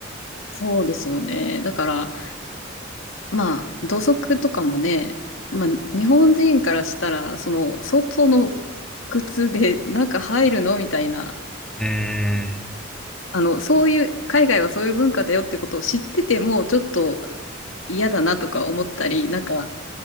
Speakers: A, on the left; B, in the centre.
A: そうですよね。だからまあ土足とかもね、まあ日本人からしたらその外の靴で中入るのみたいな、
B: うーん。
A: あのそういう海外はそういう文化だよってことを知っててもちょっと嫌だなとか思ったり、なんか、